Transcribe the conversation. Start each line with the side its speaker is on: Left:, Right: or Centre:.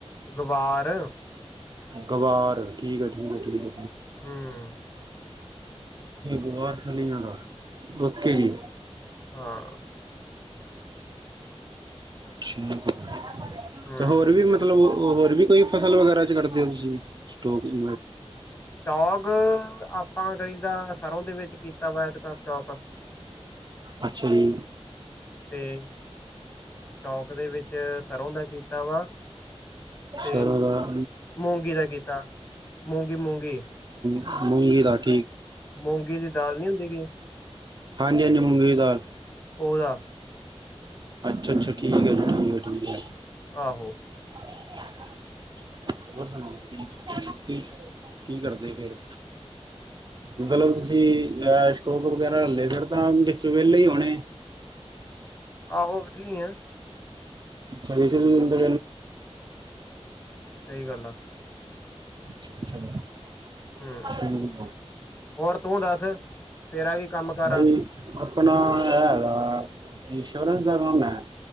Left: ਗਵਾਰ
Right: ਗਵਾਰ ਠੀਕ ਹੈ ਠੀਕ ਠੀਕ।
Left: ਹੂੰ,
Right: ਬਾਰ ਖੁਲੀ ਜਾਣਾ ਓਕੇ ਜੀ,
Left: ਹਾਂ
Right: ਠੀਕ
Left: ਹੂੰ,
Right: ਤੇ ਹੋਰ ਵੀ ਮਤਲਬ
Left: ਬਿਲਕੁਲ
Right: ਹੋਰ ਵੀ ਕੋਈ ਫਸਲ ਵਗੈਰਾ ਚ ਕਢਦੇ ਹੋ ਤੁਸੀਂ ਸਟੋਕ ਇ
Left: ਸਟੋਕ ਆਪਾਂ ਕਰੀਦਾ ਸਰ੍ਹੋਂ ਦੇ ਵਿੱਚ ਕੀਤਾ ਵਾ ਇਕ ਤਾਂ ਸਟੋਕ
Right: ਅੱਛਾ ਜੀ
Left: ਤੇ ਸਟੋਕ ਦੇ ਵਿੱਚ ਸਰ੍ਹੋਂ ਦਾ ਕੀਤਾ ਵਾ ਤੇ
Right: ਸਰੋਂ ਦਾ
Left: ਮੂੰਗੀ ਦਾ ਕੀਤਾ ਮੂੰਗੀ-ਮੂੰਗੀ।
Right: ਮੁੂੰਗੀ ਦਾਟ।
Left: ਮੂੰਗੀ ਦੀ ਦਾਲ ਨਹੀਂ ਹੁੰਦੀ ਗੀ।
Right: ਹਾਂਜੀ-ਹਾਂਜੀ ਮੂੰਗੀ ਦੀ ਦਾਲ।
Left: ਹੋਦਾ
Right: ਅੱਛਾ-ਅੱਛਾ ਠੀਕ ਐ ਠੀਕ ਐ,
Left: ਆਹੋ
Right: <unintelligible> ਹੋਰ ਸੁਣੋ ਕੀ-ਕੀ-ਕੀ ਕਰਦੇ ਫੇਰ? ਮਤਲਬ ਤੁਸੀਂ ਅਹ ਸਟੋਕ ਵਗੈਰਾ ਹੱਲੇ ਫਿਰ ਤਾਂ ਵਿੱਚੋ ਵਿਹਲੇ ਹੀ ਹੋਣੇ
Left: ਆਹੋ ਵਿਹਲੀ ਆ
Right: ਪਨੇ ਹੁੰਦੇ
Left: ਸਹੀ ਗੱਲ ਆ,
Right: ਅੱਛਾ ਹੁੰ
Left: ਹੂੰ ਹੋਰ ਤੂੰ ਦੱਸ ਤੇਰਾ ਕੀ ਕੰਮ ਕਾਰ
Right: ਬਾਈ
Left: ਆ
Right: ਆਪਣਾ ਹੈਗਾ। ਇੰਸ਼ੋਰੈਂਸ ਦਾ ਕੰਮ ਹੈ